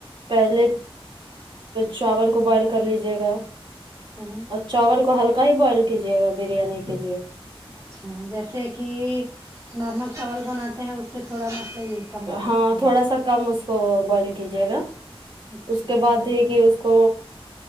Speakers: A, on the right; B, on the right.
A: پہلے چاول کو بوائل کر لیجیے گا
B: ہ
A: اور چاول کو ہلکا ہی بوائل کیجیے گا بریانی کے لیے
B: اچھا جیسے کہ نارمل چاول بناتے ہیں اس سے تھوڑا مطلب یہ کم
A: ہاں
B: اس کو
A: تھوڑا سا کم اس کو بوائل کیجیے گا
B: اچھا
A: اس کے بعد دیک کے اس کو